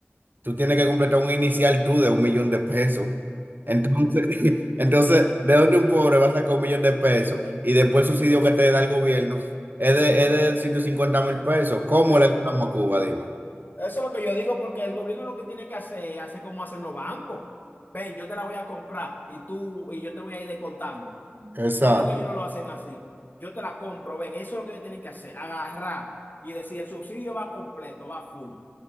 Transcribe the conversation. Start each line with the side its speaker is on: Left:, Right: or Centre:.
Right: tú tienes que completar un inicial tú de un millón de pesos. Entonces, <laughs> entonces, ¿de dónde un pobre va a sacar un millón de pesos y después el subsidio que te da el gobierno es de, es de 150 mil pesos? ¿Cómo
Left: Sí.
Right: le damos a Cuba? Dime.
Left: Eso es lo que yo digo, porque el gobierno lo que tiene que hacer es hacer como hacen los bancos. Ven, yo te la voy a comprar y tú y yo te voy a ir descontando.
Right: Exacto.
Left: Porque que ellos no lo hacen así. Yo te la compro, ven, eso es lo que yo tienen que hacer, agarrar y decir, el subsidio va completo, va full,